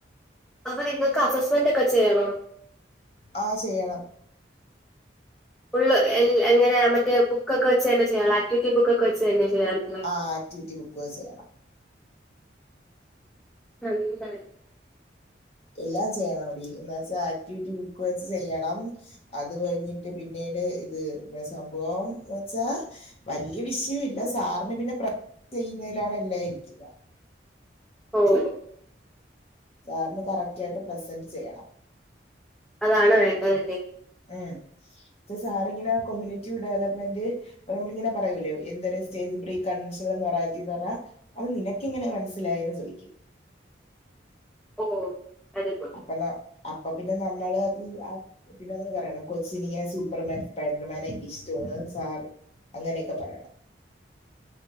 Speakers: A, in the centre; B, on the left.
A: അപ്പോ നിങ്ങക്ക് അസസ്മെന്റ് ഒക്കെ ചെയ്യണോ?
B: ആ ചെയ്യണം.
A: ഫുള്ള് എങ്ങനെ മറ്റേ ബുക്കക്ക- വെച്ച് തന്നെ ചെയ്യണ ആക്ടിവിറ്റി- ബുക്കക്ക വെച്ച് തന്നെ ചെയ്യാനുള്ള-
B: ആ ആക്ടിവിറ്റി ബുക്കു വച്ച് ചെയ്യണം.
A: <unintelligible>
B: എല്ലാം ചെയ്യണവടി എന്താച്ചാ, ആക്ടിവിറ്റി ബുക്ക് വെച്ച് ചെയ്യണം. അത് കഴിഞ്ഞിട്ട് പിന്നീട് ഇത് സംഭവം എന്ന് വച്ചാ- വലിയ വിശയം ഇല്ല സാറിന് പിന്നെ പ്രൊജക്റ്റ്‌ ചെയ്യുന്നതിലാണ് എല്ലാം ഇരിക്കുനക
A: ഓഹ്
B: സാറിന് കറക്റ്റ് ആയിട്ട് പ്രസന്റ് ചെയ്യണം
A: അതാണ് വേണ്ടതല്ലേ
B: ഉം ഇത് സാറിങ്ങനെ കൊമ്യൂണി <unintelligible> റ്റീവ് ഡെവലപ്മെന്റ് ഇപ്പ നമ്മളിങ്ങനെ പറയൂല്ലേ എന്തര് സ്റ്റേജ് പ്രീ കൺവെഷൽ മൊറാലിറ്റി എന്ന് പറഞ്ഞാ- അത് നിനക്ക്‌ എങ്ങനെ മനസ്സിലായന്ന് ചോദിക്ക്‌
A: ഓഹ് വെരി ഗുഡ്
B: അപ്പന്നെ അപ്പ പിന്നെ നമ്മള് അത് ആ- പിന്നെ അതുകൂടെ പറയണം കൊച്ചിന് ഇങ്ങനെ സൂപ്പർമാൻ സ്പൈഡർമാനെ ഒക്കെ ഇഷ്ടമാണ് സാർ അങ്ങനെക്കെ പറയണം